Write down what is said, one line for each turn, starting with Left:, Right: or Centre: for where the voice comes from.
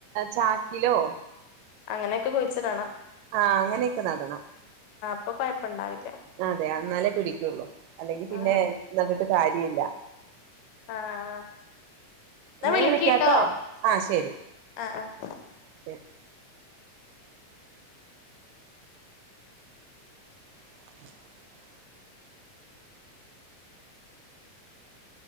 Right: ചാക്കിലോ
Left: അങ്ങനെയൊക്കെ കുഴിച്ചിടണം.
Right: ആ അങ്ങനെയൊക്കെ നടണം.
Left: ഇപ്പം കൊഴപ്പം ഉണ്ടാവില്ല.
Right: അതെ എന്നാലേ പിടിക്കുള്ളു. അല്ലെങ്കിൽ പിന്നെ
Left: ആ
Right: നട്ടിട്ട് കാര്യ ഇല്ല.
Left: ആ ആ എന്നാ വിളിക്കീട്ടോ
Right: ഞാൻ വിളിക്കാട്ടോ ആ ശരി
Left: അ അ
Right: ശരി <inaudible>